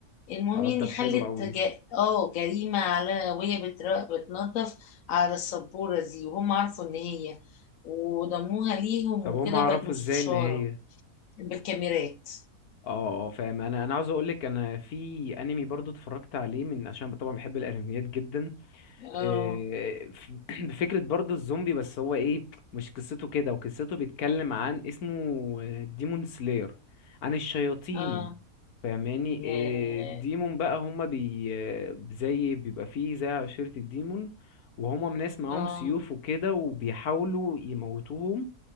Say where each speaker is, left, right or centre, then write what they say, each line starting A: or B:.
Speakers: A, on the left; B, on the left.
A: المهم
B: اه
A: يعني
B: طب
A: حلت
B: حلو قوي
A: جا... اه جريمة على وهي بتر... بتنظف على السبورة دي وهم عرفوا ان هي وضموها ليهم
B: طب
A: وكده
B: هم عرفوا
A: بقت مستشارة
B: ازاي ان هي
A: بالكاميرات
B: اه اه فاهم انا انا عاوز اقول لك انا في انمي برضو اتفرجت عليه من عشان طبعا بحب الانميات جدا
A: اه
B: إيه، ف- <clears throat> بفكره برضو الزومبي بس هو ايه مش قصته كده وقصته بيتكلم عن اسمه ديمون سلاير عن الشياطين
A: اه
B: فاهماني
A: ياه
B: إيه، الديمون بقى هما بي آه، زي بيبقى فيه زي عشيرة الديمون وهما ناس معاهم
A: اه
B: سيوف وكده وبيحاولوا يموتوهم